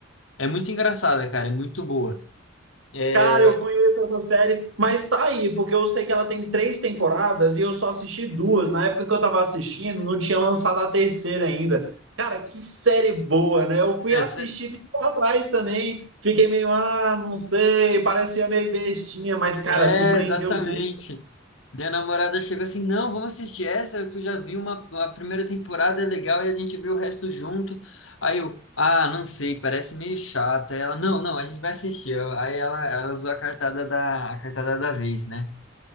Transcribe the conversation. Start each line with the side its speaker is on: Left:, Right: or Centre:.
Left: É muito engraçada, cara, é muito boa. É,
Right: Cara, eu conheço essa série, mas tá aí, porque eu sei que ela tem três temporadas e eu só assisti duas. Na época que eu tava assistindo, não tinha lançado a terceira ainda. Cara, que série boa, né? Eu fui
Left: essa-
Right: assistir lá atrás também, fiquei meio, ah, não sei, parecia meio bestinha, mas, cara,
Left: é,
Right: surpreendeu
Left: exatamente.
Right: tudo.
Left: Minha namorada chegou assim, não, vamos assistir essa, que eu já vi uma, a primeira temporada, é legal, e a gente viu o resto junto. Aí eu, ah, não sei, parece meio chata. Aí ela, não, não, a gente vai assistir. Eu- Aí ela, ela usou a cartada da, a cartada da vez, né?